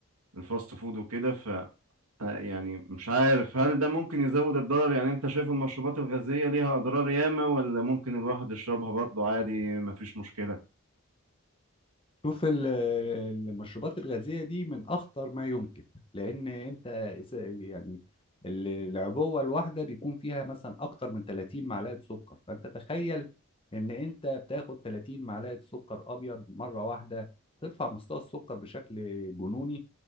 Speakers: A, on the right; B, on the left.
A: الفاست فود وكده ف آه، يعني مش عارف هل ده ممكن يزود الضرر يعني انت شايف المشروبات الغازية ليها اضرار ياما ولا ممكن الواحد يشربها برضه عادي مفيش مشكلة
B: شوف ال- المشروبات الغازية دي من أخطر ما يمكن لأن أنت إس- يعني ال- العبوة الواحدة بيكون فيها مثلا أكتر من 30 معلقة سكر فأنت تخيل إن أنت بتاخد 30 معلقة سكر أبيض مرة واحدة ترفع مستوى السكر بشكل جنوني